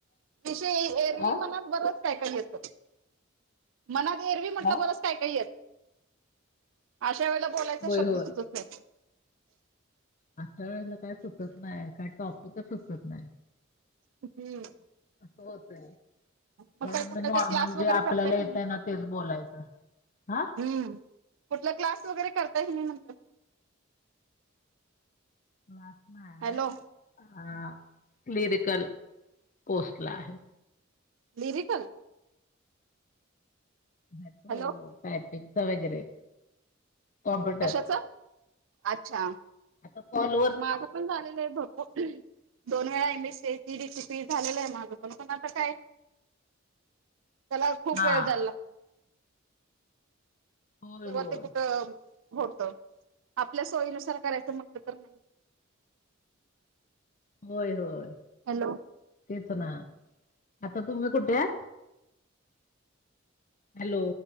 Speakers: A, on the right (about 70°); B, on the left (about 40°).
A: विषय एरवी
B: आ
A: मनात बरच काय काय येत. मनात एरवी म्हटलं
B: हा
A: बरच काय काय येत. अशा वेळेला बोलायचा
B: होय
A: शब्द
B: होय.
A: सुचत नाय.
B: आशा वेळेला काय सुचत नाय, काय टॉपिकच सुचत नाय.
A: हम्म.
B: अस होतय,
A: मग
B: म्हणून
A: काय कुठला
B: मी
A: काही
B: नॉर्मल
A: क्लास वगैरे
B: जे आपल्याला
A: करताय
B: येतय
A: तुम्ही
B: ना तेच बोलायचं हा?
A: हम्म, कुठला क्लास वगैरे करताय की नायी म्हटलं?
B: क्लास नाय.
A: हॅलो.
B: हा, क्लियरिकल कोर्सला आहे.
A: लिरिकल?
B: नको
A: हॅलो
B: ओ टायपिंगचा वगैरे. कॉम्प्युटर
A: कशाच? अच्छा.
B: आता कॉल
A: माझं पण झालेलं आहे भर दोन वेळा M A C I T DCP झालेल हाय माझं पण पण आता काय? त्याला खूप
B: हा
A: वेळ द्यायला लाग
B: होय
A: तेव्हा
B: होय
A: ते कुठं होत, आपल्या सोयीनुसार करायचं म्हटलं तर नाय
B: होय होय.
A: हॅलो.
B: तेच ना. आता तूम्ही कुठेए. हॅलो,